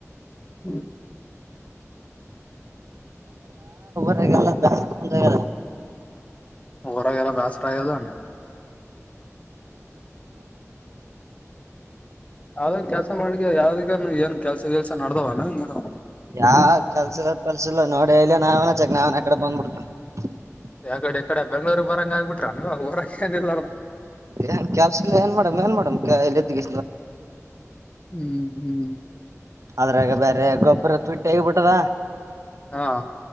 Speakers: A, on the left; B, on the right.
A: ಹ್ಮ
B: ಹಲ್ಲ ಬಂತಲ್ಲ
A: ರ ವೇರ ಬಸ್ಟದಾನ ಆದನ್ ಕೆಲ್ಸ ಮಾಡ್ಲಿ ಯಾವ್ದಗನು ಏನ್ ಕೆಲ್ಸ ಕೆಲ್ಸ ನಡ್ದವನ ನೀನು
B: ಯಾವ ಕೆಲ್ಸಿಲ್ಲ ಪಲ್ಸಿಲ್ಲ ನೋಡಿ ಇಲ್ಲೇ ನಾವೇನ ಚಕ್ ನಾವೇನ್ ಆ <inaudible>
A: ಯಗಡೆ ಈ ಕಡೆ ಬೆಂಗ್ಳೂರಿಗೆ ಬರಂಗ ಆಗ್ಬಿಟ್ರ ನೀವ ಬರ ಏಿಲ್ಲಾರ
B: ಏನ್ ಕ ಕೆ್ಯಾಸ ಏನ್ ಮಾಡೇಡಮ ಏನ್ ಮಾಡಡಮ್ ಎದ ಗ
A: ಹ್ಮ್ ಹ್ಮ್
B: ಅದ್ರಾಗ ಬೇರೆ ಗೊಬ್ಬರ ತುಟ್ಟ ಹೇಗ್ಬಿಟ್ಟದ
A: ಹಾ